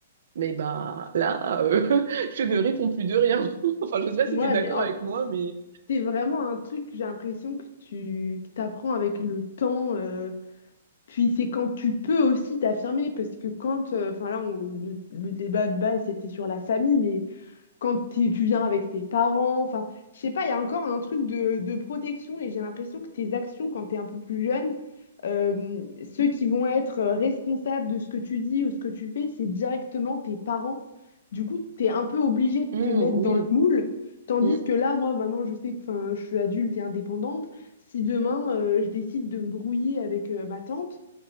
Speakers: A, on the right (about 70°); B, on the left (about 65°).
A: mais bah là, euh, <laughs> je ne réponds plus de rien. <laughs> Enfin, je sais pas si
B: ouais,
A: tu es d'accord
B: mais en-
A: avec moi, mais
B: c'est vraiment un truc, j'ai l'impression que tu que t'apprends avec le temps. euh, puis c'est quand tu peux aussi t'affirmer, parce que quand, euh, enfin là, on- le, le débat de base, c'était sur la famille, quand t'es- tu viens avec tes parents. Enfin, je sais pas, il y a encore un truc de, de protection et j'ai l'impression que tes actions quand t'es un peu plus jeune, euh, ceux qui vont être euh, responsables de ce que tu dis ou ce que tu fais, c'est directement tes parents. Du coup, t'es un peu obligé de
A: Hmm,
B: te mettre
A: oui.
B: dans le moule. Tandis
A: Hmm,
B: que là, moi, maintenant, je sais que 'fin, je suis adulte et indépendante. Si demain, euh, je décide de me brouiller avec euh, ma tante,